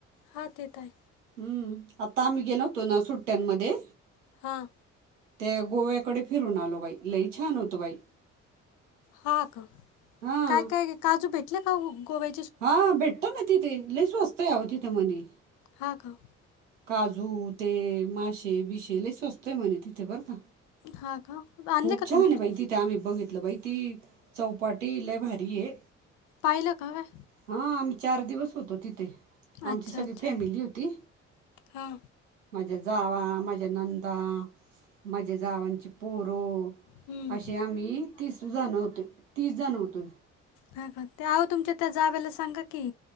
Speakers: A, on the left (about 55°); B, on the right (about 80°).
A: हा तेेत आहे
B: हम्म आता आम्ही गेलो होतो ना सुट्ट्यांमध्ये
A: हां
B: त्या गोव्याकडे फिरून आलो बाई लई छान होतं बाई
A: हा का
B: हां
A: काय काय काजू भेटले का गोव्या
B: हां भेटतं ना तिथे लय स्वस्त यावं तिथे मणे
A: हा का
B: काजू ते मासे बिशेल सवस्तोय म्हणे तिथे बरं का
A: हा का आणले
B: खूप
A: का
B: छान
A: तुम्ही
B: आहे
A: काही
B: बाई तिथे आम्ही बघितलं बाई ती चौपाटी लले भारी आहे
A: पाहिला का व
B: हा आम्ही चार दिवस होतो तिथे आमची
A: अच्छा
B: सगळी
A: अच्छा
B: फॅमिली होती
A: हां
B: माझ्या जाव माझ्या नंदा माझ्या जावांचे पोरव
A: हम्म.
B: असे आम्ही तीस जण होत तीस जण होतो
A: ह का ते आह तुमच्या त्या जाव्याला सांगा की